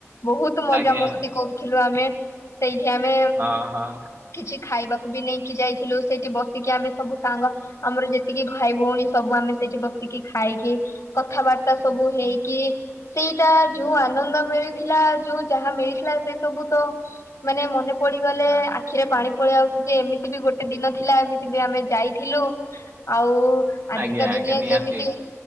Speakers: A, on the left; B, on the right.
A: ବୋହୁତ ମଜାମସ୍ତି
B: ଆଜ୍ଞା
A: କରୁଥିଲୁ ଆମେ ସେଇ ଠି ଆମେ
B: ହଁ ହଁ।
A: କିଛି ଖାଇବାକୁ ବି ନେଇକି ଯାଇଥିଲୁ ସେଇଠି ବ ଟିକିଏ ଆମେ ସବୁ ସାଙ୍ଗ ଆମର ଯେତିକି ଭାଇ ଭୋଉଣୀ ସବୁ ଆମେ ସେଇଠି ବସିକି ଖାଇକି କଥାବା ଟା ସବୁ ହେଇକି ସେଇଟା ଯୋଉ ଆନନ୍ଦ ମିଳିଥିଲା ଯୋଉ ଯାହା ମିଳିଥିଲା ସେଇ ସ ବୋହୁତ ମନେ ପଡିଗଲେ ଆଖିରେ ପାଣି ପଳେଇ ଆଉଚି ଯେ ଏମିତି ବି ଗୋଟେ ଦିନ ଥିଲା ଏମି ତି ବି ଆମେ ଯାଇଥିଲୁ ଆଉ ଆଜିକା
B: ଆଜ୍ଞା ଆଜ୍ଞା
A: ଦୁନିଆ
B: ନିହାତି
A: ଯେମିତି